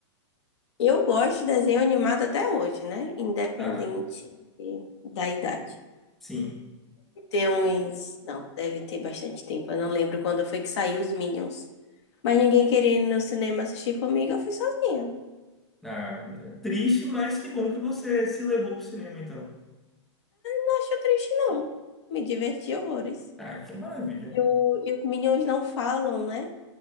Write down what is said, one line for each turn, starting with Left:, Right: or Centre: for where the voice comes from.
Left: Eu gosto de desenho animado até hoje, né? Independente
Centre: Ah,
Left: da idade.
Centre: sim.
Left: Tem uns. Não, deve ter bastante tempo. Eu não lembro quando foi que saiu os Minions. Mas ninguém queria ir no cinema assistir comigo, eu fui sozinha.
Centre: Ah, é triste, mas que bom que você se levou pro cinema, então.
Left: Não achei triste, não. Me diverti horrores.
Centre: Ah, então maravilha.
Left: E, o- e os Minions não falam, né?